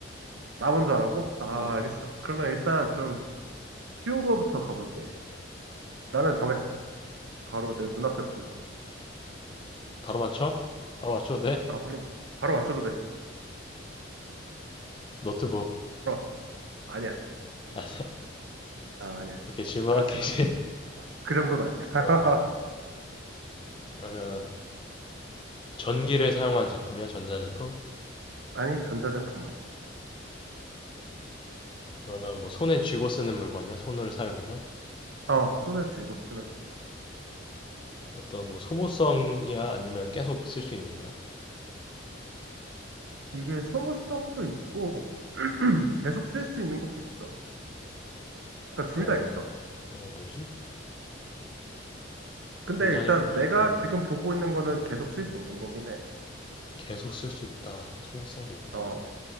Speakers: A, on the right (about 70°); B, on the left (about 25°).
A: 나 먼저 하라고? 아,
B: 어,
A: 알겠어. 그러면 일단 좀 쉬운 거부터 가볼게. 나는
B: 어.
A: 정했어. 바로 내 눈앞에 보이는 거.
B: 바로 맞춰? 바로 맞춰도 돼?
A: 아, 바로, 바로 맞춰도 돼.
B: 노트북.
A: 바로, 맞- 아니야.
B: 아,
A: 아, 아니야, 아니야.
B: 오케이. 질문할게,
A: 그렇진
B: 이제.
A: 않아. 아, 그 정도는 아니야. <laughs>
B: 어, 그러면 전기를 사용한 제품이야? 전자제품?
A: 아니, 전자제품 아니야.
B: 그러면 뭐 손에 쥐고 쓰는 물건이야? 손을 사용해서?
A: 어, 손에 쥐고 쓰는 물건.
B: 어떤 뭐 소모성이야? 아니면 계속 쓸 수 있는 거야?
A: 이게 소모성도 있고, <clears throat> 계속 쓸 수 있는 것도 있어. 그러니까
B: 어,
A: 둘 다 있어.
B: 어, 뭐지?
A: 근데
B: 전자제품이
A: 일단 내가
B: 아닌, 어,
A: 지금 보고 있는 거는 계속 쓸 수 있는 거긴 해.
B: 계속 쓸 수 있다. 소모성도 있다.
A: 어.